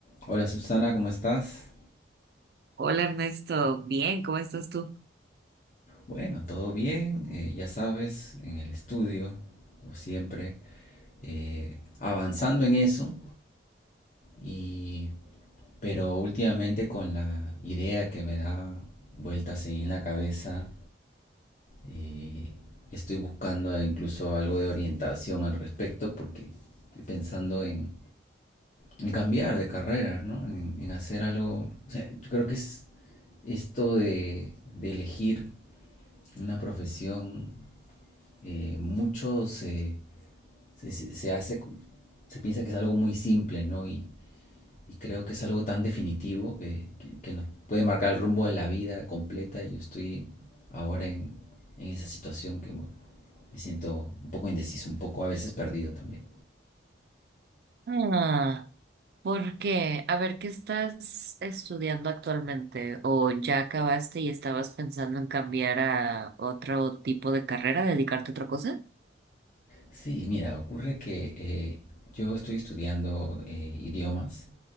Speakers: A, on the left (about 40°); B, on the right (about 55°).
A: Hola Susana, ¿cómo estás?
B: Hola Ernesto, bien, ¿cómo estás tú?
A: Bueno, todo bien, eh, ya sabes, en el estudio, como siempre, eh, avanzando en eso, y, pero últimamente con la idea que me da vueltas ahí en la cabeza, eh, estoy buscando incluso algo de orientación al respecto porque estoy pensando en, en cambiar de carrera, ¿no? En, en hacer algo, o sea, yo creo que es esto de de elegir una profesión, eh, mucho se, se, se- hace, se piensa que es algo muy simple, ¿no? Y, y creo que es algo tan definitivo que, que- que nos puede marcar el rumbo de la vida completa. yo estoy ahora en, en esa situación que me siento un poco indeciso, un poco a veces perdido también.
B: Ah, ¿por qué? A ver, ¿qué estás estudiando actualmente? ¿O ya acabaste y estabas pensando en cambiar a otro tipo de carrera, dedicarte a otra cosa?
A: Sí, mira, ocurre que eh, yo estoy estudiando eh, idiomas,